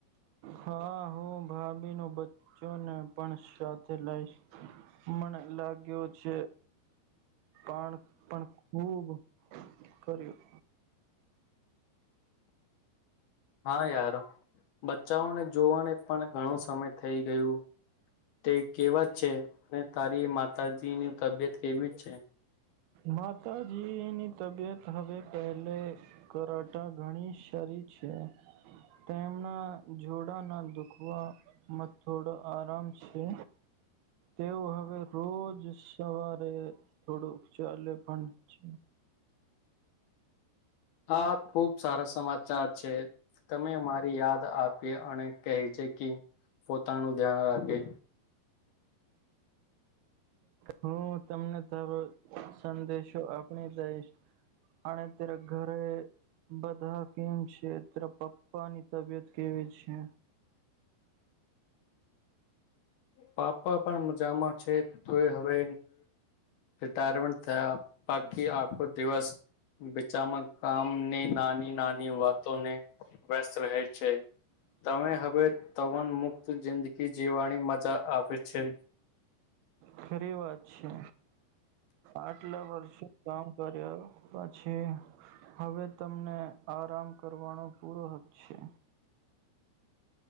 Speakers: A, on the right; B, on the left.
A: હા હું ભાભી નો બચ્ચો ને પણ સાથે લઈશ મને લાગ લાગ્યો છે. પણ-પણ ખુબ કર્યું.
B: હા યાર બચ્ચાઓને જોવાને પણ ઘણો સમય થઈ ગયું તે કેવા જ છે અને તારી માતાજીની તબિયત કેવી છે.
A: માતાજીની તબિયત હવે પહેલે કરાતા ઘણી સારી છે, તેમના જોડાના દુખવામાં થોડો આરામ છે તેઓ હવે રોજ સવારે થોડું. લે પણ છે
B: આા ખુબ સારા સમાચાર છે તમે મારી યાદ આપી અને કહે છે. પોતાનું ધ્યાન રાખે
A: હું તમને તારો સંદેશો આપણી દઈશ અને તરા ઘરે બધા કેમ છે તરા પપ્પાની તબિયત કેવી છે.
B: પાપા પણ મજામાં છે તો એ હવે રિટાયરમેન્ટ થયા બાકી આખો દિવસ બચામાં કામની નાની નાની વાતોને વ્યસ્ત રહેે છે તવે હવે તવન મુખ જિંદગી જીવવાની મજા આપે છે.
A: ખરી વાત છે. આટલા વર્ષે કામ કર્યા પછી હવે તમને આરામ કરવાનો પૂરો હક છે.